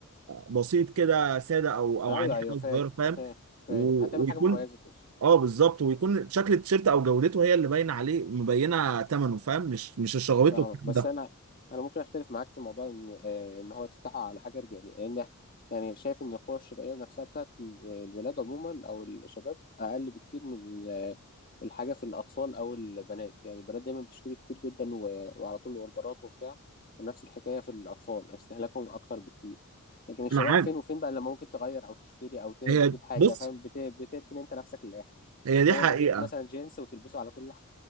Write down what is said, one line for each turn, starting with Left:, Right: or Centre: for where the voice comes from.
Right: بسيط كده ساده او او
Left: ايوه
Right: عليه
Left: ايوه
Right: حاجه
Left: فاهم
Right: صغيره فاهم
Left: فاهم فاهم
Right: و-
Left: هتعمل
Right: ويكون
Left: حاجه مميزه توصل
Right: اه بالظبط ويكون شكل التيشيرت او جودته هي اللي باينه عليه مبينه ثمنه فاهم مش مش الشغويت
Left: فاهمك
Right: والكلام
Left: بس
Right: ده
Left: انا انا ممكن اختلف معاك في موضوع ان آه، ان هو تفتحه على حاجه رجاليه لان يعني شايف ان القوى الشرائيه نفسها بتاعت ال- الولاد عموما او الشباب اقل بكتير من آه، الحاجه في الاطفال او البنات يعني البنات دايما بتشتري كتير جدا و- وعلى طول اوردرات وبتاع ونفس الحكايه في الاطفال استهلاكهم اكتر بكتير لكن الشباب
Right: انا عارف
Left: فين وفين بقى لما ممكن تغير او تشتري او ت- تجيب
Right: هي
Left: حاجه
Right: بص
Left: فاهم بت- بتركن انت نفسك للاخر
Right: هي دي
Left: هو
Right: حقيقه
Left: جاكيت مثلا جينز وتلبسه على كل